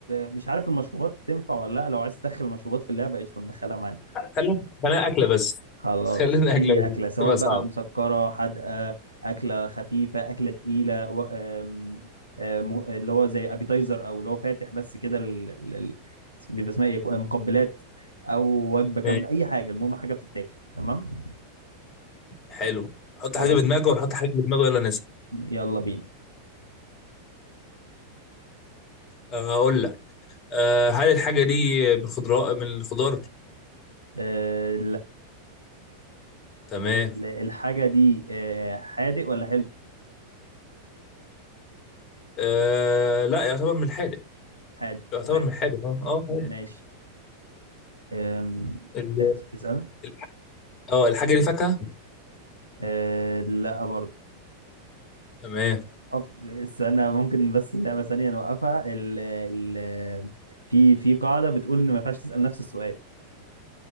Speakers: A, on the right; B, on the left.
A: مش عارف المشروبات تنفع ولا لا لو عايز تدخل مشروبات في اللعبه قشطه ندخلها معانا
B: خلينا خلينا اكله بس
A: خلاص
B: <laughs> خلينا
A: اي
B: اكله
A: اكله
B: بس
A: سواء
B: تبقى
A: بقى
B: صعب
A: مسكره حادقه اكله خفيفه اكله تقيله و... آم، آم، اللي هو زي ابيتايزر او اللي هو فاتح بس كده ال... ال... ال- بيبقى اسمها ايه مقبلات او وجبه كامله
B: ماشي
A: اي حاجه المهم حاجه بتتاكل تمام
B: حلو حط
A: خلاص
B: حاجه في دماغك ولا حط حاجه في دماغه يلا نسال
A: يلا بينا
B: آه، اقول لك آه، هل الحاجه دي من الخضراء من الخضار
A: آه،
B: تمام
A: ال- الحاجة دي آه، حادق ولا حلو؟
B: آه لا يعتبر من الحادق
A: حادق
B: يعتبر
A: تمام
B: من حادق اه اه حادق
A: ماشي أم،
B: ال-
A: اس- اسأل
B: ال- اه الحاجة دي فاكهة
A: أه لا برضه
B: تمام
A: أف... استنى ممكن بس اللعبة ثانية نوقفها ال... ال... في في قاعدة بتقول إن ما ينفعش تسأل نفس السؤال